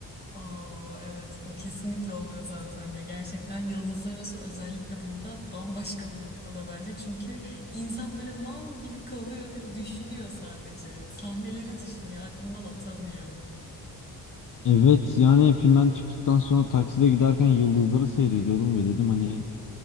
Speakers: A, on the left (about 25°); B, on the left (about 55°).
A: Aa, evet bu kesinlikle oluyor zaten ya gerçekten yıldızlar arası özellikle bunda bambaşka bir noktada bence çünkü insan böyle mal gibi kalıyor ve düşünüyor sadece sahneleri düşünüyor aklından atamıyor.
B: Evet yani filmden çıktıktan sonra takside giderken yıldızları seyrediyordum ve dedim hani